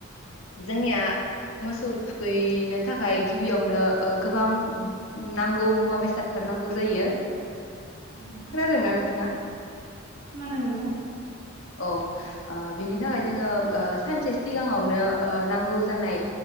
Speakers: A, on the left; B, on the right.
A: जोंनिया मोसौ थुखैनो थाखाय गिबियावनो ओ गोबां नांगौ मुवा बेसादफोर नांगौ जायो।
B: औ नोंथां
A: खोनोनादोंना नोंथाङा
B: खोनादों नोंथां
A: औ। ओ बेनि थाखाय जोङो ओ सानसे सिगाङावनो ओ नांगौ जानाय